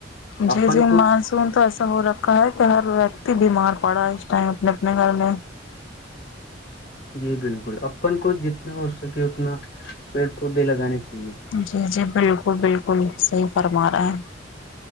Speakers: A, on the left; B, on the left.
A: جی
B: اپن
A: جی
B: کو
A: مانسون تو ایسا ہو رہا کہے کہ ہر ویکتی بیمار پڑا ہے اس ٹائم اپنے اپنے گھر میں
B: جی بالکل اپن کو جتنا ہو سکے اتنا پیڑ پودے لگانے چاہیے
A: جی جی بالکل بالکل صحیح فرما رہا ہے